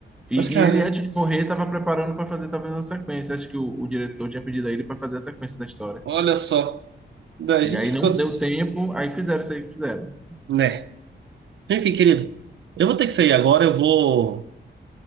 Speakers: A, in the centre; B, on the right.
A: E,
B: Mas, cara,
A: e ele, antes de morrer, estava preparando para fazer talvez uma sequência. Acho que o, o diretor tinha pedido a ele para fazer a sequência da história.
B: olha só. Daí
A: E
B: A gente
A: aí
B: ficou.
A: não
B: s-
A: deu tempo, aí fizeram isso aí que fizeram.
B: Né? Enfim, querido, eu vou ter que sair agora. Eu vou,